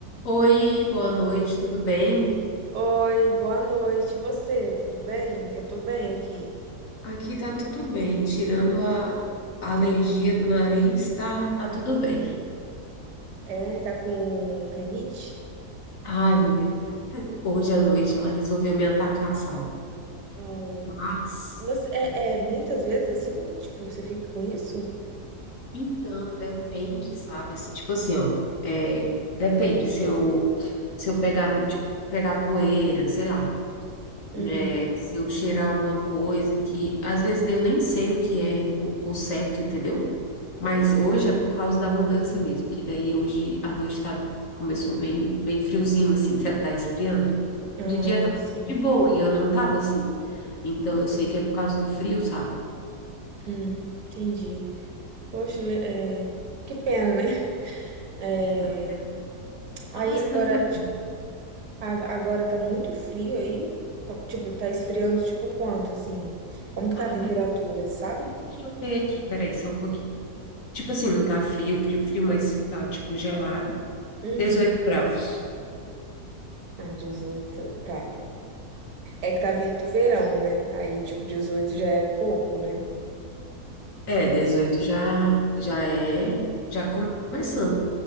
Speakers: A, on the left (about 55°); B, on the right (about 80°).
A: Oi, boa noite, tudo bem?
B: Oi, boa noite. E você, tudo bem? Eu tô bem aqui.
A: Aqui tá tudo bem, tirando a, a alergia do nariz, tá, tá tudo bem.
B: É, tá com renite?
A: Ai, mulher, hoje à noite ela resolveu me atacar, sabe?
B: Oh.
A: Mas,
B: Você é,
A: é,
B: é muitas vezes assim? Tipo, você fica com isso?
A: então, depende, sabe? Assim, tipo assim, ó, é, depende, se eu, se eu pegar, tipo, pegar poeira, sei lá.
B: Hum,
A: É, se eu cheirar alguma coisa que às vezes eu nem sei o que é o, o certo, entendeu? Mas hoje é por causa da mudança mesmo, que daí hoje a noite tá, começou bem, bem friozinho, assim, <laughs> já tá esfriando.
B: ah,
A: De dia tá
B: sim.
A: de boa e eu não tava assim. Então eu sei que é por causa do frio, sabe?
B: Hum, entendi. Poxa, le- é, que pena, né? É,
A: Não. Mas
B: aí agora,
A: fazer o
B: tipo,
A: quê?
B: a- agora tá muito frio aí. Co- Tipo, tá esfriando tipo quanto assim? Como que
A: Ah,
B: tá a temperatura, sabe?
A: deixa eu ver aqui, peraí, só um pouquinho. Tipo assim, não tá frio, frio, frio, mas tá tipo gelado.
B: Uhum.
A: 18 graus.
B: Ah, 18. tá. É que tá vindo do verão, né? Aí, tipo, 18 já é pouco, né?
A: É, 18 já, já é, já começando.